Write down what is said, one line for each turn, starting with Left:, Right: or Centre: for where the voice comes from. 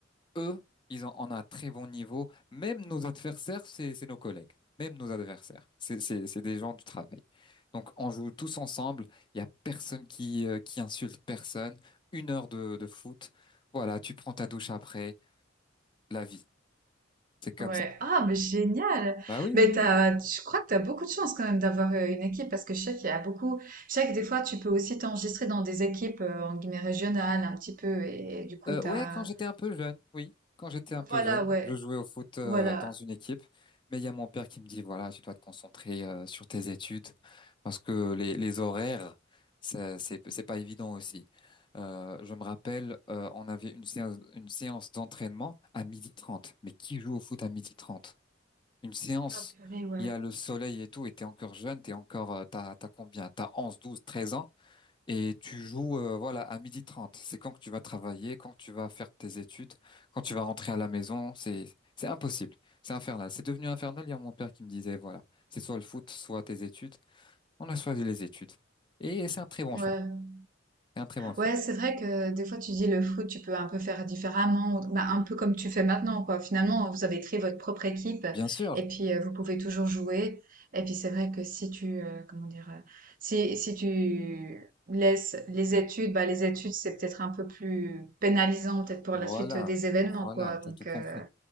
Left: eux, ils ont, on a un très bon niveau. Même nos adversaires, c'est, c'est nos collègues. Même nos adversaires, c'est, c'est, c'est des gens du travail. Donc, on joue tous ensemble. Il y a personne qui, euh, qui insulte personne. Une heure de, de foot. Voilà, tu prends ta douche après. La vie, c'est comme
Right: ouais.
Left: ça.
Right: Ah, mais génial!
Left: Bah oui,
Right: Mais
Left: oui.
Right: t'as, je crois que tu as beaucoup de chance quand même d'avoir euh, une équipe parce que je sais qu'il y a beaucoup. Je sais que des fois, tu peux aussi t'enregistrer dans des équipes, euh, en guillemets, régionales un petit peu et, du coup,
Left: Euh,
Right: t'as.
Left: ouais, quand j'étais un peu jeune, oui, quand j'étais un peu
Right: Voilà,
Left: jeune,
Right: ouais.
Left: je jouais au foot euh,
Right: Voilà.
Left: dans une équipe, mais il y a mon père qui me dit, voilà, tu dois te concentrer euh, sur tes études parce que les, les horaires, ça, c'est c'est pas évident aussi. Euh, je me rappelle, euh, on avait une séance une séance d'entraînement à midi 30. mais qui joue au foot à midi trente Une séance,
Right: Ah, purée, ouais.
Left: il y a le soleil et tout, et t'es encore jeune, t'es encore, euh, t'as t'as combien? T'as 11, 12, 13 ans. Et tu joues euh, voilà à midi 30. C'est quand que tu vas travailler, quand tu vas faire tes études, quand tu vas rentrer à la maison, c'est c'est impossible. C'est infernal. C'est devenu infernal. Il y a mon père qui me disait voilà, c'est soit le foot, soit tes études. On a choisi les études. Et c'est un très bon
Right: Ouais.
Left: choix. C'est un très bon choix.
Right: Ouais, c'est vrai que des fois tu dis le foot, tu peux un peu faire différemment, ou- bah, un peu comme tu fais maintenant, quoi. Finalement, vous avez créé votre propre équipe
Left: Bien sûr.
Right: et puis euh, vous pouvez toujours jouer. Et puis c'est vrai que si tu, euh, comment dire, euh, si, si tu laisses les études, bah, les études c'est peut-être un peu plus pénalisant peut-être pour
Left: Voilà.
Right: la suite euh, des événements,
Left: Voilà,
Right: quoi. Donc,
Left: t'as tout compris.
Right: euh,